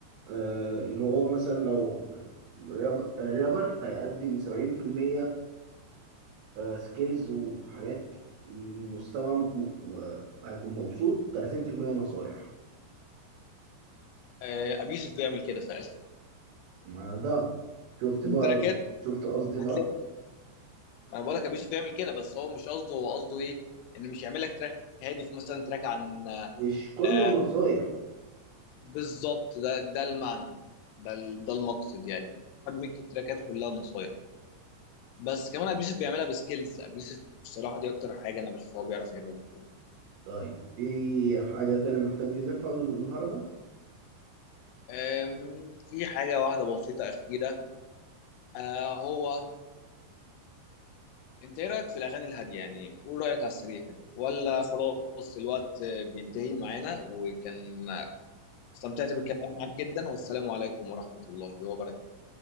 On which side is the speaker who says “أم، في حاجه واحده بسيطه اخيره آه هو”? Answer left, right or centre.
Left